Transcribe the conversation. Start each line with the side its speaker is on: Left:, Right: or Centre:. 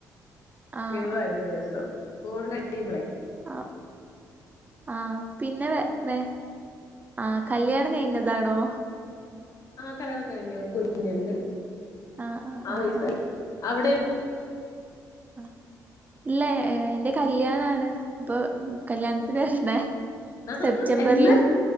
Right: ആഹ്
Left: ഞങ്ങള് വരും ഒരു ദിവസം ഓണം കഴിയുമ്പളെ
Right: ആ ആ പിന്നെ വേ വേ ആ കല്യാണം കഴിഞ്ഞതാണോ
Left: ആ കല്യാണം കഴിഞ്ഞു ഒരു കുഞ്ഞുണ്ട്
Right: ആഹ് ആഹ്
Left: ആറ്
Right: ആഹ്
Left: വയസായി അവിടയൊ
Right: ആ ഇല്ല എന്റെ കല്യാണാണ് ഇപ്പൊ കല്യാണത്തിന് വരണേ
Left: ആ
Right: സെപ്റ്റംബറില്
Left: ആ എന്നാണ്